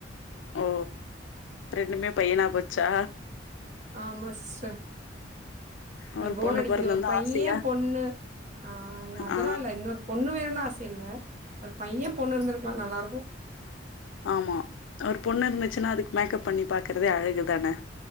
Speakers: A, on the left; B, on the right.
A: ஓ ரெண்டுமே பய்யனா போச்சா
B: ஆமா சிஸ்டர்
A: ஒரு
B: அ போர்
A: பொண்ணு
B: அடிக்குது
A: பொறந்திருந்தா
B: ஒரு பையன்
A: ஆசையா
B: பொண்ணு ஆ அதல்லா
A: ஆ
B: இல்ல இன்னொர் பொண்ணு வேணுனு ஆச இல்ல ஒரு பையன் பொண்ணு இருந்துருக்லா நல்லார்க்கு
A: ஆமா ஒரு பொண்ணு இருந்துச்சுன்னா அதுக் மேக்கப் பண்ணி பாக்கறதே அழகுதான